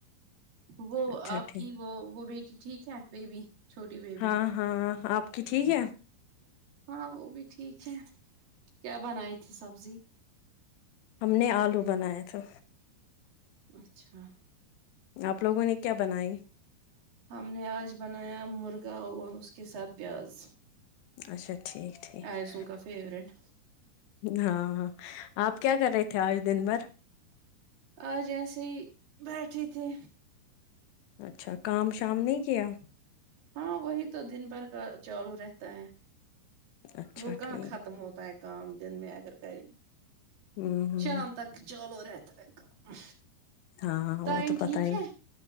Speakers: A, on the right; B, on the left.
A: وہ
B: اچھا
A: آپ
B: ٹھیک
A: کی وہ وہ بیٹی ٹھیک ہے بیبی چھوٹی بیبی
B: ہاں ہاں آپ کی ٹھیک ہے
A: ہاں وہ بھی ٹھیک ہے کیا بنائی تھی سبزی
B: ہم نے آلو بنایا تھا
A: اچھا
B: آپ لوگوں نے کیا بنائی
A: ہم نے آج بنایا مرغا اور اس کے ساتھ پیاز
B: اچھا ٹھیک ٹھیک
A: ایسو کا فوورٹ
B: ہاں آپ کیا کر رہے تھے آج دن بھر
A: آ ج ایسے ہی بیٹھے تھی
B: اچھا کام شام نہیں کیا
A: ہاں وہی تو دن بھر کا چالو رہتا ہے
B: اچھا
A: وہ کہاں
B: ٹھیک
A: ختم ہوتا ہے کام دن میں اگر کریں
B: ہوں ہوں
A: شام تک چالو رہتا ہے کام
B: ہاں وہ
A: دائین
B: تو پتا
A: ٹھیک
B: ہی
A: ہے